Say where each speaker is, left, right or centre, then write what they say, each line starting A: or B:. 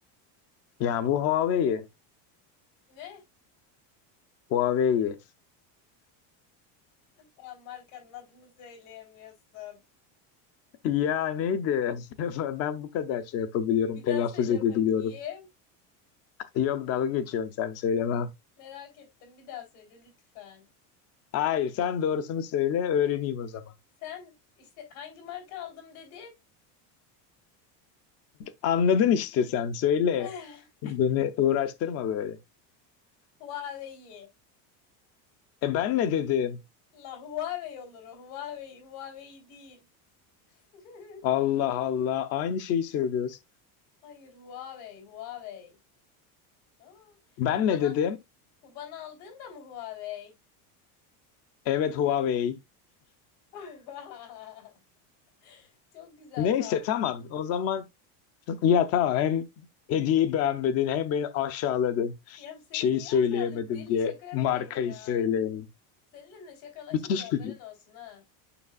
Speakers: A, on the left; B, on the left.
A: Ya bu Huawei.
B: Ne?
A: Huawei.
B: Daha markanın adını söyleyemiyorsun.
A: Ya neydi? <laughs> Ben bu kadar şey yapabiliyorum,
B: Bir
A: telaffuz
B: daha söyle
A: edebiliyorum.
B: bakayım.
A: Yok dalga geçiyorum sen söyleme.
B: Merak ettim. Bir daha söyle lütfen.
A: Hayır, sen doğrusunu söyle, öğreneyim o zaman.
B: Sen işte hangi marka aldım dedin?
A: Anladın işte sen söyle.
B: <laughs>
A: Beni uğraştırma böyle.
B: Huawei.
A: E ben ne dedim?
B: La Huawei olur o. Huawei. Huawei değil. <laughs>
A: Allah Allah. Aynı şeyi söylüyoruz.
B: Hayır Huawei, Huawei. Aa,
A: Ben
B: bu bana
A: ne dedim?
B: bu bana aldığın da mı Huawei?
A: Evet Huawei.
B: <laughs> Çok güzel
A: Neyse
B: saat.
A: tamam. O zaman ya tamam hem hediyeyi beğenmedin hem beni aşağıladın.
B: Ya seni
A: Şeyi
B: niye
A: söyleyemedim
B: aşağılayayım? Deli
A: diye
B: şaka yapıyorum
A: markayı
B: ya.
A: söyleyemedim.
B: Seninle şakalaşılmıyor
A: Bitiş
B: haberin
A: gülü.
B: olsun ha.